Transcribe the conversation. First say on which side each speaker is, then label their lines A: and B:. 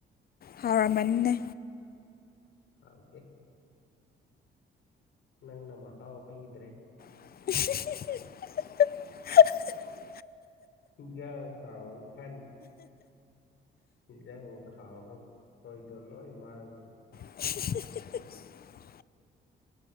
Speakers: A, on the left; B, on the left.
A: ꯍꯥꯎꯔꯝꯃꯅꯤꯅꯦ
B: ꯑ ꯑꯣꯀꯦ ꯅꯪ ꯅ ꯃ ꯍꯥꯥꯎ ꯑꯣꯄꯤꯗ꯭ꯔꯦ
A: <inaudible>
B: ꯁꯤꯡꯒ ꯍꯥꯎ ꯈ ꯏꯖ ꯍꯕ ꯀꯣꯏꯗꯂꯣ ꯏꯃꯥꯈ꯭ꯔꯦ
A: <inaudible>